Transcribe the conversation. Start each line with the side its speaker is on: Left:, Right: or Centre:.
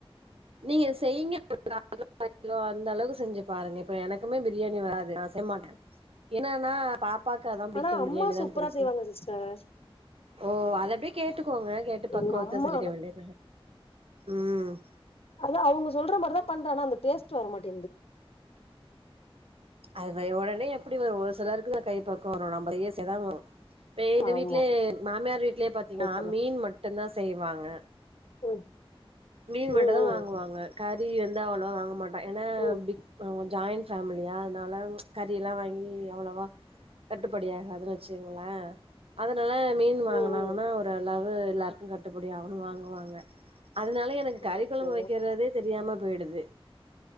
Right: நீங்க செய்ங்க பத் கிலோ அந்த அளவு செஞ்சு பாருங்க இப்ப எனக்குமே பிரியாணி வராது நா செய்ய மாட்டே என்னன்னா பாப்பாக்கு அதா ப்டிக்கோ
Left: ஆனா அம்மா
Right: பிரியாணி
Left: சூப்பரா
Right: தா புடிக்கோ
Left: செய்வாங்க சிஸ்டர்
Right: ஓ அத அப்டியே கேட்டுக்கோங்க கேட்டு பக்கவத்த
Left: எங்க அம்மா
Right: சொல்லிக்க வேண்டியதா ம்
Left: அதா அவங்க சொல்ற மாரி தா பண்ற ஆனா அந்த டேஸ்ட்டு வர மாட்டேன்து
Right: அது ஒடனே எப்டி வரோ ஒரு சிலருக்கு அந் கை பக்குவம் வரு நம்ப செய்ய செய்ய தா வரோ இப்ப எங்க
Left: ஆமா
Right: வீட்லயே மாமியார் வீட்லயே பாத்தீங்கன்னா
Left: ட்ரை பண்ணு
Right: மீன் மட்டுந்தா செய்வாங்க
Left: ம்
Right: மீன் மட்டு
Left: ம்
Right: தா
Left: ம்
Right: வாங்குவாங்க கறி வந்து அவ்ளோவா வாங்க மாட்டா ஏன்னா
Left: ம்
Right: பிக் அவங்க ஜாயிண் ஃபேமிலியா அன்னால கறில்லா வாங்கி அவ்ளவா கட்டுப்படியாகதுன் வச்சுங்ளே அதனால மீன் வாங்கனாங்கன்னா
Left: ம் ம்
Right: ஒரளவு எல்லாருக்கு கட்டுப்படி ஆவன் வாங்குவாங்க அதனால எனக்கு கறி
Left: ஓகே
Right: கொழம்பு வெக்கிறதே தெரியாம போய்டுது